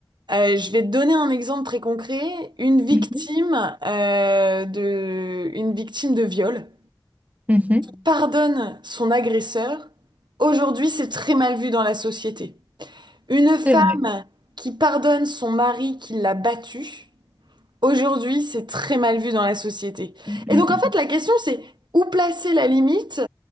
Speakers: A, on the right; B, on the right.
A: Euh, je vais te donner un exemple très concret. Une victime,
B: mhm,
A: euh, de, une victime de viol
B: mhm.
A: pardonne son agresseur. Aujourd'hui, c'est très mal vu dans la société. Une femme
B: C'est vrai.
A: qui pardonne son mari qui l'a battue Aujourd'hui, c'est très mal vu dans la société.
B: Mm,
A: Et donc, en
B: mm,
A: fait, la question, c'est où placer la limite